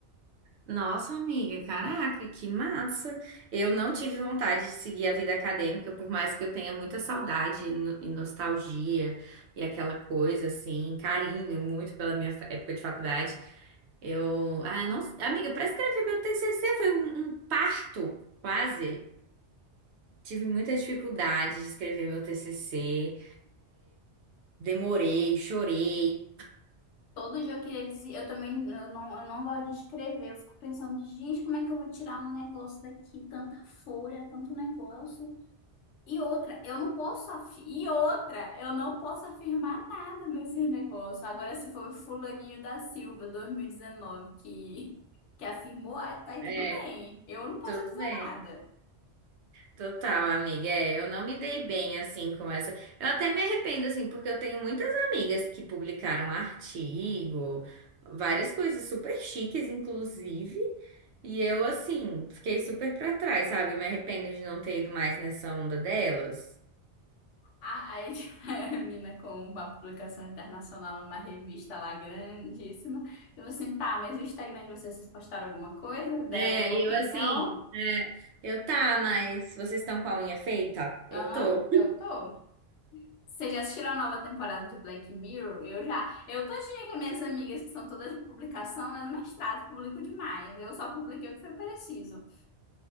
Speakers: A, on the right; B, on the left.
A: Nossa, amiga, caraca, que massa! Eu não tive vontade de seguir a vida acadêmica, por mais que eu tenha muita saudade e no- e nostalgia e aquela coisa assim, carinho muito pela minha fa- época de faculdade. Eu, ah, eu não, amiga, para escrever meu TCC foi um, um parto, quase. Tive muita dificuldade de escrever meu TCC, demorei, chorei.
B: todo dia eu queria dizer, eu também, eu não, eu não gosto de escrever, eu fico pensando, gente, como é que eu vou tirar um negócio daqui, tanta folha, tanto negócio. E outra, eu não posso afi- e outra, eu não posso afirmar nada nesse negócio. Agora, se foi o fulaninho da Silva, 2019, que, que afirmou, ah, tá aí
A: É,
B: tudo bem. Eu não posso
A: tudo
B: dizer
A: bem.
B: nada.
A: Total, amiga. É, eu não me dei bem assim com essa. Eu até me arrependo assim, porque eu tenho muitas amigas que publicaram artigo, várias coisas super chiques, inclusive. E eu assim, fiquei super pra trás, sabe? Me arrependo de não ter ido mais nessa onda delas.
B: Ah, Aí <laughs> a mina com uma publicação internacional numa revista lá grandíssima. Eu falei assim, tá, mas o Instagram de vocês, vocês postaram alguma coisa? Deram
A: É,
B: alguma
A: e
B: opinião?
A: eu assim, é, eu tá, mas vocês estão com a unha feita? Eu
B: Aham,
A: tô.
B: eu tô. Vocês já assistiram a nova temporada de Black Mirror? Eu já. Eu todo dia com minhas amigas, que são todas de publicação, né? Mestrado, publico demais. Eu só publiquei o que foi preciso.